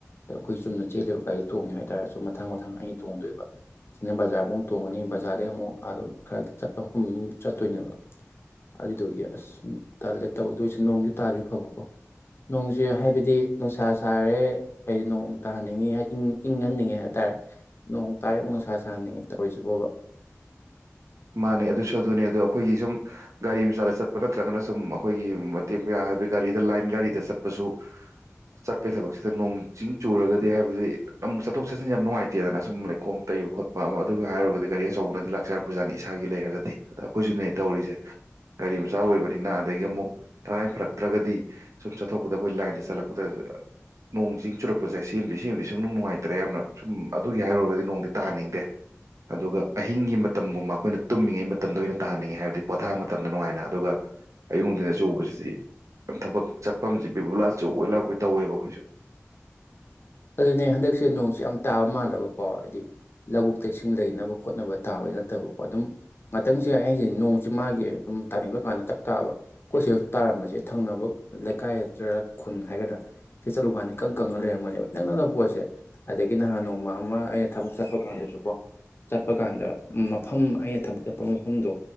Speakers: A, on the left (about 45°); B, on the right (about 70°).
A: ꯑꯩꯈꯣꯏ ꯆꯨꯝꯅ ꯆꯦꯜꯂꯤꯕ ꯒꯥꯔꯤ ꯇꯣꯡꯒꯦ ꯍꯥꯏꯇꯥꯔꯁꯨ ꯃꯊꯥꯡ ꯃꯊꯥꯡ ꯑꯅꯤ ꯇꯣꯡꯗꯣꯏꯕ ꯁꯤꯅ ꯕꯖꯥꫪꯕꯨꯛ ꯑꯃꯨꯛ ꯇꫭꯡꯉꯅꯤ ꯕꯖꯥꯔꯗꯩ ꯑꯃꯨꯛ ꯑꯗꯨ ꯈꯔ ꯆꯠꯄ ꯃꯐꯝ ꯃꯨꯛ ꯆꯠꯇꯣꯏꯅꯦꯕ ꯑꯗꯨꯗꯨꯒꯤ ꯑꯁ ꯇꯜꯂꯦ ꯇꯧꯗꯣꯏꯁꯦ ꯅꯣꯡꯁꯨ ꯇꯥꯗ꯭ꯔꯗꯤ ꯐꯕꯀꯣ ꯅꯣꯡꯁꯦ ꯍꯥꯏꯕꯗꯤ ꯅꯨꯡꯁꯥ ꯁꯥꯔꯦ ꯍꯥꯏꯗꯤ ꯅꯣꯡ ꯇꯥꯍꯟꯅꯤꯡꯉꯤ ꯍꯥꯏꯗꯤ ꯏꯪꯍꯟꯅꯤꯡꯉꯤ ꯍꯥꯏ ꯇꯔꯦ ꯅꯣꯡ ꯇꯥꯔꯦ ꯑꯃꯨꯛ ꯅꯨꯡꯁꯥ ꯁꯥꯍꯟꯅꯤꯡꯉꯤ ꯇꯧꯔꯤꯁꯤꯕꯣꯕ
B: ꯃꯥꯅꯦ ꯑꯗꯨꯁꯨ ꯑꯗꯨꯅꯦ ꯑꯗꯣ ꯑꯩꯈꯣꯏꯒꯤ ꯁꯨꯝ ꯒꯥꯔꯤ ꯃꯆꯥꯗ ꯆꯠꯄ ꯅꯠꯇ꯭ꯔꯒꯅ ꯁꯨꯝ ꯑꯩꯈꯣꯏꯒꯤ ꯃꯇꯦꯛ ꯃꯌꯥ ꯍꯥꯏꯗꯤ ꯒꯥꯔꯤꯗ ꯂꯥꯏꯟ ꯒꯥꯔꯤꯗ ꯆꯠꯄꯁꯨ ꯆꯠꯄꯩ ꯊꯕꯛꯁꯤꯗ ꯅꯣꯡ ꯆꯤꯡ ꯆꯨꯔꯒꯗꯤ ꯍꯥꯏꯕꯗꯤ ꯑꯃꯨꯛ ꯆꯠꯊꯣꯛ ꯆꯠꯁꯤꯟꯖꯦ ꯌꯥꯝ ꯅꯨꯡꯉꯥꯏꯇꯦꯗꯅ ꯁꯨꯝ ꯂꯩꯈꯣꯝ ꯇꯩꯕ ꯈꯣꯠꯄ ꯑꯃ ꯑꯗꯨꯒꯤ ꯍꯥꯏꯔꯨꯔꯒꯗꯤ ꯒꯥꯔꯤ ꯑꯆꯧꯕꯅꯗꯤ ꯂꯥꯛꯆꯔꯛꯄ ꯕꯨꯖꯥꯅꯤ ꯏꯁꯥꯒꯤ ꯂꯩꯔꯒꯗꯤ ꯑꯗ ꯑꯩꯈꯣꯏꯁꯨꯅꯦ ꯇꯧꯔꯤꯁꯦ ꯒꯥꯔꯤ ꯃꯆꯥ ꯑꯣꯏꯕꯅꯤꯅ ꯑꯗꯒꯤ ꯑꯃꯨꯛ ꯇꯉꯥꯏ ꯐꯔꯛꯇ꯭ꯔꯒꯗꯤ ꯁꯨꯝ ꯆꯠꯊꯣꯛꯄꯗ ꯑꯩꯈꯣꯏ ꯂꯥꯏꯟꯗ ꯆꯠꯂꯛꯄꯗ ꯅꯣꯡ ꯆꯤꯡ ꯆꯨꯔꯛꯄꯁꯦ ꯁꯤꯃꯗꯤ ꯁꯦꯝꯃꯗꯤ ꯁꯨꯡꯅꯨꯡ ꯅꯨꯡꯉꯥꯏꯇ꯭ꯔꯦ ꯌꯥꯝꯅ ꯁꯨꯝ ꯑꯗꯨꯒꯤ ꯍꯥꯏꯔꯨꯔꯒꯗꯤ ꯅꯣꯡꯗꯤ ꯇꯥꯍꯟꯅꯤꯡꯗꯦ ꯑꯗꯨꯒ ꯑꯍꯤꯡꯒꯤ ꯃꯠ ꯃꯇꯝꯒꯨꯝꯕ ꯑꯩꯈꯣꯏꯅ ꯇꯨꯝꯃꯤꯉꯩ ꯃꯇꯝꯗ ꯑꯣꯏꯅ ꯇꯥꯍꯟꯅꯤꯡꯉꯤ ꯍꯥꯏꯕꯗꯤ ꯄꯣꯊꯥ ꯃꯇꯝꯗ ꯅꯨꯡꯉꯥꯏꯅ ꯑꯗꯨꯒ ꯑꯌꯨꯛ ꯅꯨꯡꯊꯤꯟꯗ ꯆꯨꯕꯁꯤꯗꯤ ꯊꯕꯛ ꯆꯠꯄꯝꯁꯤ ꯕꯤꯕꯨꯂꯥ ꯆꯨꯕꯣꯏ ꯂꯥꯛꯄꯣꯏ ꯇꯧꯋꯦꯕ ꯑꯩꯈꯣꯏꯁꯨ
A: ꯑꯗꯨꯅꯦ ꯍꯟꯗꯛꯁꯦ ꯅꯣꯡꯁꯦ ꯌꯥꯝ ꯇꯥꯕ ꯃꯥꯜꯂꯒꯀꯣ ꯍꯥꯏꯗꯤ ꯂꯧꯕꯨꯛꯇ ꯏꯁꯤꯡ ꯂꯩꯅꯕ ꯍꯣꯠꯅꯕ ꯇꯥꯕꯗꯤ ꯅꯠꯇꯕꯀꯣ ꯑꯗꯨꯝ ꯉꯥꯛꯇꯁꯦ <unintelligible> ꯅꯣꯡꯁꯤ ꯃꯥꯒꯤ ꯑꯗꯨꯝ ꯇꯥꯅꯤꯡꯕ ꯀꯥꯟꯗ ꯇꯛ ꯇꯥꯕ ꯑꯩꯈꯣꯏ ꯁꯤꯁꯨ ꯇꯥꯔꯝꯕꯁꯦ ꯊꯪꯅꯕ ꯂꯩꯀꯥꯏꯗ꯭ꯔꯥ ꯈꯨꯟ ꯍꯥꯏꯒꯗ꯭ꯔꯥ ꯁꯤ ꯆꯠꯂꯨꯀꯥꯟꯗ ꯏꯀꯪ ꯀꯪꯉ ꯂꯩꯔꯝꯒꯅꯦꯕ ꯏꯅꯛ ꯅꯛꯅꯕ ꯄꯣꯠꯁꯦ ꯑꯗꯒꯤ ꯅꯍꯥꯟ ꯅꯣꯡꯃ ꯑꯃ ꯑꯩꯅ ꯊꯕꯛ ꯆꯠꯄ ꯀꯥꯟꯗꯁꯨꯀꯣ ꯆꯠꯄ ꯀꯥꯟꯗ ꯃꯐꯝ ꯑꯩꯅ ꯊꯕꯛ ꯆꯠꯄ ꯃꯐꯝꯗꯣ